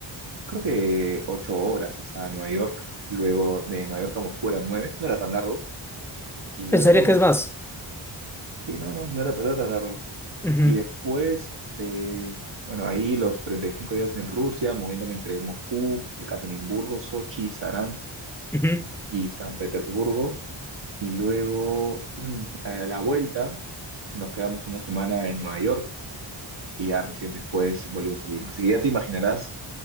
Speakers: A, on the right; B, in the centre.
A: creo que ocho horas hasta Nueva York, luego de Nueva York a Moscú eran nueve, no era tan largo, y luego,
B: Pensaría que es más.
A: sí, no, no, no era, no era tan largo.
B: Ujú,
A: Y después de, bueno, ahí los 35 días en Rusia, moviéndome entre Moscú, Ekaterimburgo, Sochi, Saransk
B: ujú.
A: y San Petersburgo, y luego <clears throat> a la vuelta nos quedamos una semana en Nueva York y ya recién después volvimos a Lima. Así que ya te imaginarás